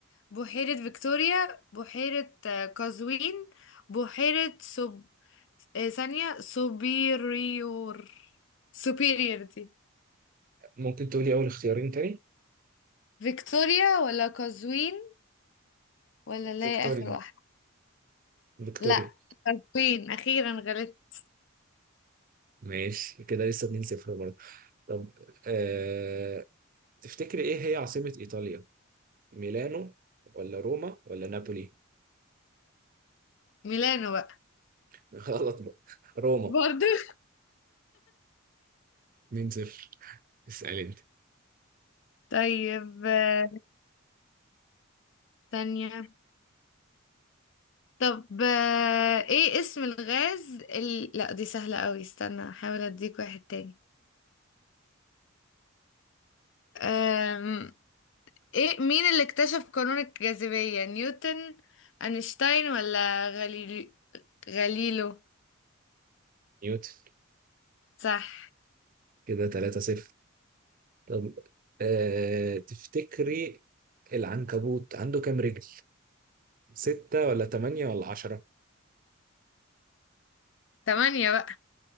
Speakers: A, on the left; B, on the right.
A: بحيرة فيكتوريا بحيرة آه، قزوين بحيرة سب آه، ثانية سوبيريور سوبيريور دي
B: ممكن تقولي أول اختيارين تاني؟
A: فيكتوريا ولا قزوين ولا اللي
B: فيكتوريا
A: هي آخر واحدة
B: فيكتوريا
A: لا قزوين أخيرا غلطت
B: ماشي كده لسه 2-0 برضه طب آه تفتكري ايه هي عاصمة ايطاليا ميلانو ولا روما ولا نابولي
A: ميلانو بقى
B: <laughs> غلط بقى روما
A: برضو <laughs>
B: مين صفر اسأل انت
A: طيب آه، ثانية طب آه، ايه اسم الغاز ال... لا دي سهلة قوي استنى احاول اديك واحد تاني أم... ايه مين اللي اكتشف قانون الجاذبية نيوتن اينشتاين ولا غاليليو غاليلو
B: نيوتن
A: صح
B: كده 3 صفر طب آه تفتكري العنكبوت عنده كام رجل ستة ولا تمانية ولا عشرة
A: تمانية بقى